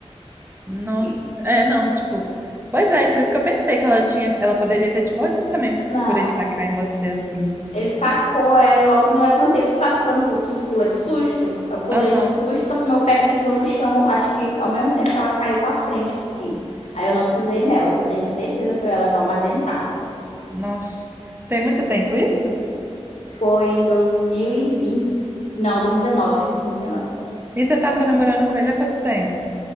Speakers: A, on the right (about 20°); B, on the left (about 80°).
A: Nossa,
B: E-
A: se- é, não, tipo, pois é, por isso que eu pensei que ela tinha, ela poderia ter te mordido também
B: Não.
A: por ele tacar em você assim.
B: Ele tacou ela, logo eu me levantei. Sabe que quando tu, tu pula de susto? Eu pulei
A: Aham,
B: de susto, só que meu pé pisou no chão. Acho que ao mesmo tempo que ela caiu pra frente um pouquinho. Aí eu não pisei nela, porque eu tenho certeza que eu ia levar uma dentada.
A: nossa. Tem muito tempo isso?
B: Foi em dois mil e vinte Não, dois dois mil mil e dezenove. dois mil e 2019.
A: E você tava namorando com ele há quanto tempo?